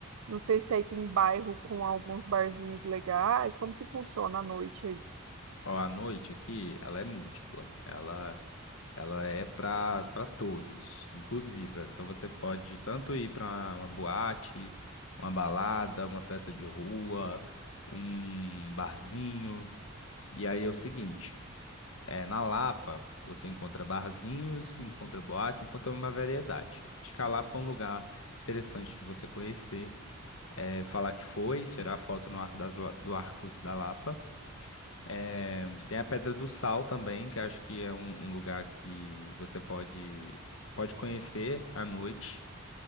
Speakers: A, on the right; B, on the left.
A: Não sei se aí tem bairro com alguns barzinhos legais. Como que funciona a noite aí?
B: Ó, a noite aqui, ela é múltipla. Ela. Ela é para para todos, inclusive. Então você pode tanto ir para uma boate, uma balada, uma festa de rua, um barzinho. E aí é o seguinte, é na Lapa você encontra barzinhos, encontra boates, encontra uma variedade. Acho que a Lapa é um lugar interessante de você conhecer, é, falar que foi, tirar foto no arco das, La- do Arcos da Lapa. É, tem a Pedra do Sal também, que acho que é um, um lugar que você pode, pode conhecer à noite.